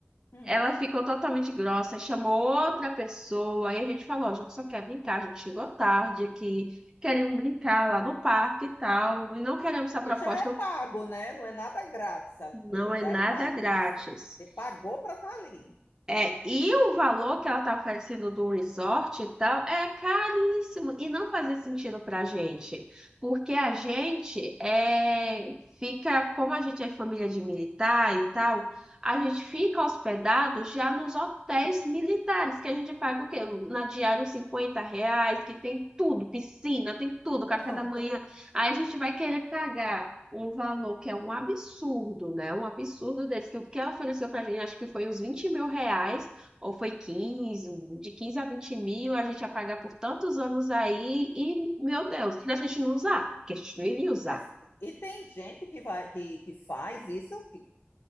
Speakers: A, on the left; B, on the right.
A: Hum.
B: ela ficou totalmente grossa, chamou outra pessoa, aí a gente falou, a gente só quer brincar, a gente chegou tarde aqui, queremos brincar lá no parque e tal, e não queremos essa
A: que
B: proposta,
A: já é pago, né? Não é nada grátis ali,
B: não é
A: já
B: nada
A: é pago.
B: grátis.
A: Você, você pagou para estar ali.
B: É, e o valor que ela tá oferecendo do resort e tal é caríssimo e não fazia sentido pra gente, porque a gente é, fica, como a gente é família de militar e tal, a gente fica hospedado já nos hotéis militares, que a gente paga o quê? Na diária uns 50 reais, que tem tudo, piscina, tem tudo,
A: E
B: café
A: pronto.
B: da manhã. Aí a gente vai querer pagar um valor que é um absurdo, né? Um absurdo desse, que o que ela ofereceu pra gente, acho que foi uns 20 mil reais, ou foi 15, de 15 a 20 mil, a gente ia pagar por tantos anos aí, e, meu Deus, que a gente não usar, que a gente não iria usar.
A: Mas e tem gente que vai que, que faz isso, que